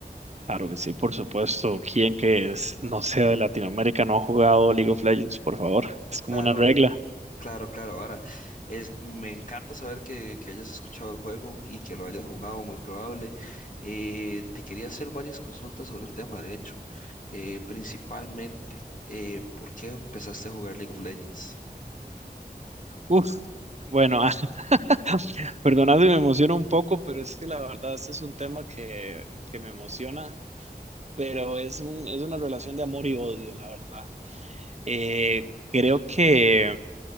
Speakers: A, on the right; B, on the left.
A: Claro que sí, por supuesto. ¿Quién que es- no sea de Latinoamérica no ha jugado League of Legends, por favor? Es como
B: Claro,
A: una regla.
B: Claro, claro, ahora es, me encanta saber que, que hayas escuchado el juego y que lo hayas jugado, muy probable. Eh, te quería hacer varias consultas sobre el tema, de hecho, Eh, principalmente, eh, ¿por qué empezaste a jugar League of Legends?
A: Uf. Bueno, <laughs> perdonad si me emociono un poco, pero es que la verdad este es un tema que, que me emociona, pero es un, es una relación de amor y odio, la verdad. Eh, creo que